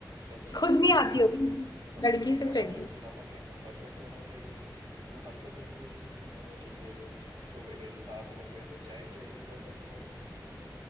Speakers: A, on the right (about 75°); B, on the left (about 65°).
A: सब्जी
B: खुद
A: में नमक
B: नहीं आती
A: है
B: होगी
A: सब्जी
B: लड़की
A: में नमक
B: से चाहिए
A: नमक एकदम परफेक्ट होना चाहिए वो हल्का सा भी ऊंच नीच नहीं होना चाहिए सुबह के सात बज गए तो चाय चाहिए ससुर को